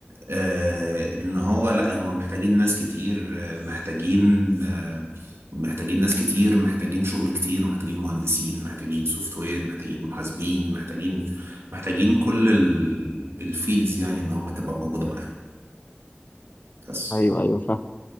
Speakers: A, on the right; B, on the left.
A: آه، ان هو لا هم محتاجين ناس كتير آه، محتاجين آه، محتاجين ناس كتير محتاجين شغل كتير محتاجين مهندسين محتاجين سوفت وير محتاجين محاسبين محتاجين محتاجين كل الفيلدز يعني ان هم تبقى موجودة معاهم بس
B: ايوه ايوه فاهم.